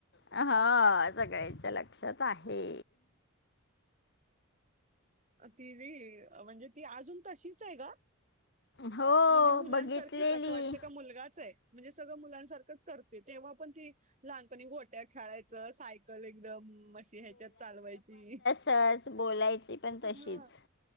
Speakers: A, on the left; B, on the right.
A: हा सगळ्यांच्या लक्षात आहे.
B: ती व्ही म्हणजे ती अजून. तशीच आहे ग
A: हो,
B: म्हणजे मुलांसारखीच
A: बघितलेली.
B: असं वाटतं का मुलगाच आहे. म्हणजे सगळं मुलांसारखंच करते तेव्हा पण ते लहानपणी गोट ''--'' ट्या खेळायचं सायकल एकदम अशी ह्याच्यात चालवायची.
A: सहच बोलायची पण
B: हा
A: तशीच.